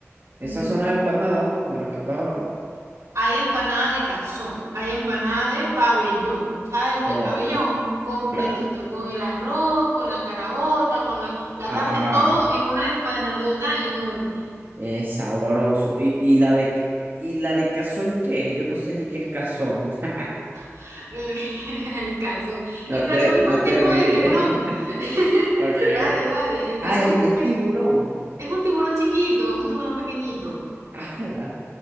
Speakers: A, on the right; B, on the right.
A: esas
B: ujú.
A: son las empanadas, ¿no? De las que estás hablando.
B: Hay empanada de cazón, hay empanada de pabellón, ¿sabes? El,
A: Oh,
B: el pabellón completito,
A: claro.
B: con el arroz, con la caraota, con la, la
A: Ajá,
B: carne, todo en una empanadota enorme.
A: es sabroso. Y, y la de, ca- y la de cazón, ¿qué es? Yo no sé ni qué es cazón. <laughs>
B: <laughs> El cazón.
A: No
B: El cazón
A: te, no
B: es un tipo
A: te ríes.
B: de tiburón.
A: <laughs>
B: <laughs>
A: Ok.
B: Vale, vale. El cazón
A: Ah, es,
B: es un,
A: es
B: peque-
A: tiburón.
B: es un tiburón chiquito, es un tiburón pequeñito.
A: <laughs> Ala.